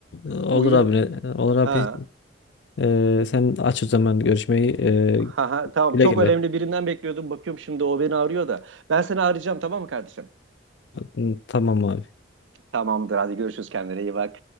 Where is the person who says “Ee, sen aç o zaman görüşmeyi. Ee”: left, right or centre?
Left